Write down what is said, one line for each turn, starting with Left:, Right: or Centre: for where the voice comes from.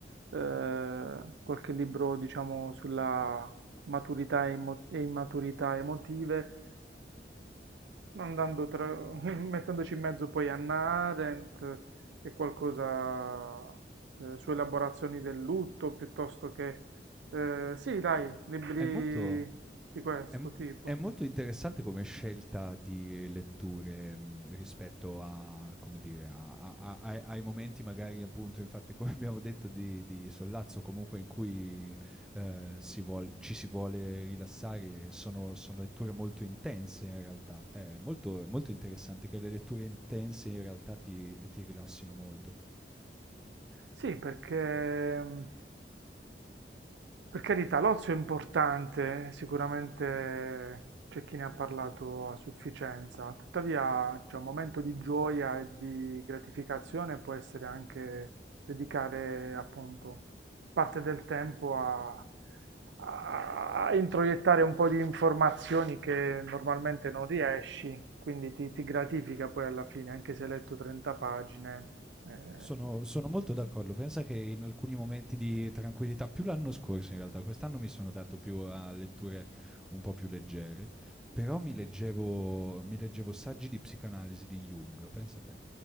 Right: eh, eh, qualche libro, diciamo, sulla maturità e, immo- e immaturità emotive, andando tra, <laughs> mettendoci in mezzo poi Anna Arendt e qualcosa eh, su elaborazioni del lutto, piuttosto che... eh, sì, dai, libri
Centre: È molto...
Right: di questo
Centre: È m
Right: tipo?
Centre: è molto interessante come scelta di letture, mhmm, rispetto a come dire, a a a ai ai momenti magari appunto, infatti come <laughs> abbiamo detto di di sollazzo, comunque in cui, ehm, si vuol ci si vuole rilassare, sono sono letture molto intense in realtà. È molto molto interessante che le letture intense in realtà ti ti rilassino molto.
Right: Sì, perché mh, per carità l'ozio è importante, sicuramente c'è chi ne ha parlato a sufficienza, tuttavia c'è un momento di gioia e di gratificazione può essere anche dedicare appunto parte del tempo a, a- a introiettare un po' di informazioni che normalmente non riesci, quindi ti, ti gratifica poi alla fine, anche se hai letto 30 pagine. eh,
Centre: Sono, sono molto d'accordo. Pensa che in alcuni momenti di tranquillità, più l'anno scorso in realtà, quest'anno mi sono dato più a letture un po' più leggere, però mi leggevo, mi leggevo saggi di psicanalisi di Jung, pensa te.